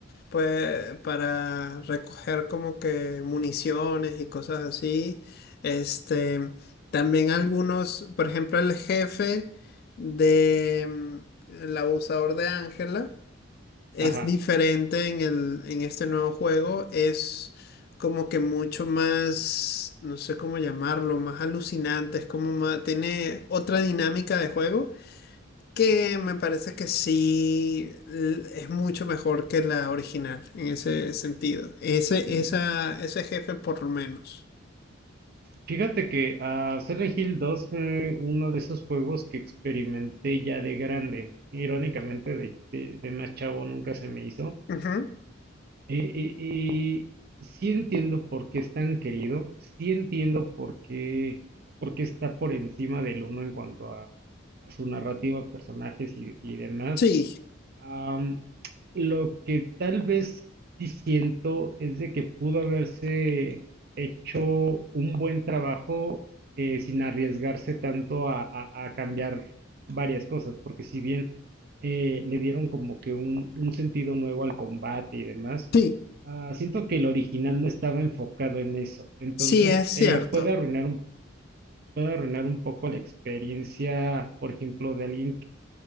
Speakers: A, on the left; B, on the right.
A: pue- para recoger como que municiones y cosas así. Este, también algunos, por ejemplo, el jefe de mm, el abusador de Ángela es
B: ajá.
A: diferente en el, en este nuevo juego. Es como que mucho más, no sé cómo llamarlo, más alucinante. Es como más, tiene otra dinámica de juego que me parece que sí l- es mucho mejor que la original en ese sentido. Ese,
B: Mm,
A: esa, ese jefe por lo menos.
B: Fíjate que a Silent Hill 2 fue uno de esos juegos que experimenté ya de grande. Irónicamente, de, de- de más chavo nunca se me hizo.
A: Ujú.
B: Eh, eh, eh, sí entiendo por qué es tan querido, sí entiendo por qué, por qué está por encima del uno en cuanto a, a su narrativa, personajes y, y demás.
A: Sí,
B: Am, lo que tal vez sí siento es de que pudo haberse hecho un buen trabajo eh, sin arriesgarse tanto a, a- a cambiar varias cosas, porque si bien eh, le dieron como que un, un sentido nuevo al combate y demás,
A: sí,
B: ah, siento que el original no estaba enfocado en eso, entonces
A: sí es cierto.
B: eh, puede arruinar un, puede arruinar un poco la experiencia, por ejemplo, de alguien